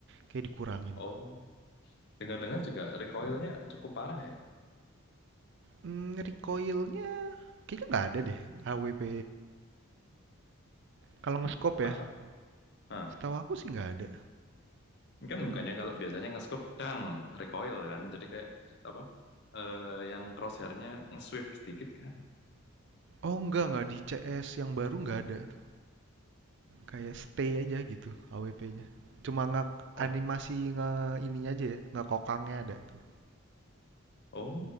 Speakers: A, on the right; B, on the left.
A: kayak dikurangin.
B: Oh, dengar-dengar juga recoilnya cukup parah ya?
A: Hmm, recoil-nya kayaknya nggak ada deh AWP. Kalau nge-scope
B: Hmm? Masa?
A: ya,
B: Hah.
A: setahu aku sih nggak ada.
B: Ini Kan
A: Jadi,
B: bukannya kalau biasanya nge-scope dang, recoil kan. Jadi kayak apa? Eh, yang crosshairnya nge-sweep sedikit kan?
A: oh nggak nggak di CS yang baru nggak ada tuh. Kayak stay aja gitu AWP-nya. Cuma nggak
B: Oh,
A: animasi nge ininya aja ya, nggak kokangnya ada tuh.
B: Oh,